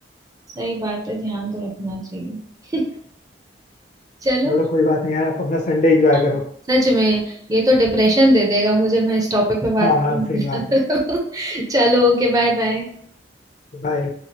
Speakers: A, on the right; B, on the left.
A: सही बात है ध्यान तो रखना चाहिए <laughs> चलो
B: छोड़ो कोई बात नहीं यार आप अपना संडे एंजॉय
A: हाँ,
B: करो
A: सच में ये तो डिप्रेशन दे देगा मुझे मैं इस टॉपिक पे बात
B: हाँ
A: करूंगी
B: हाँ सही
A: <laughs> ज्यादा।
B: बात है
A: चलो ओके बाय बाय
B: बाय